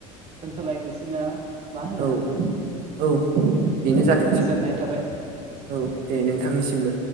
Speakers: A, on the right; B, on the right.
A: दोनथलायनोसै ना मा होनो
B: औ
A: नोंथां?
B: औ बेनो
A: औ
B: जाथोंसै
A: गोजोननाय थाबाय नोंथांसिम।
B: औ दे नोंथांनिसिमबो